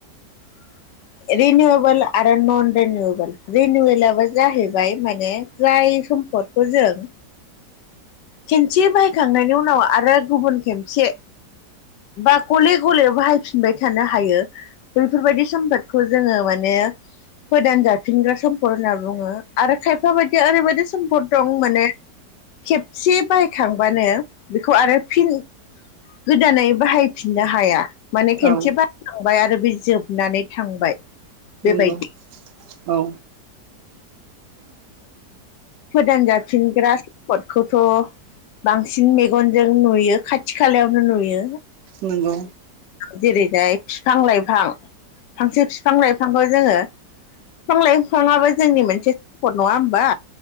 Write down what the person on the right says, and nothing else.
औ
नंगौ औ
नंगौ